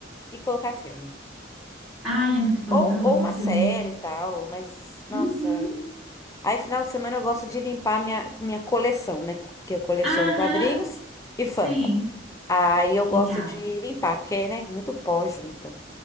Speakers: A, on the left; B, in the centre.
A: e colocar filme.
B: Ai, é muito bom,
A: Ou,
B: eu
A: ou
B: amo
A: uma
B: filme.
A: série e tal, mas, nossa.
B: Uhum.
A: Aí, final de semana, eu gosto de limpar minha, minha coleção, né? Que eu coleciono
B: Aham,
A: quadrinhos e Funko.
B: sim,
A: Aí eu
B: legal.
A: gosto de limpar, porque, né? Muito pó junta.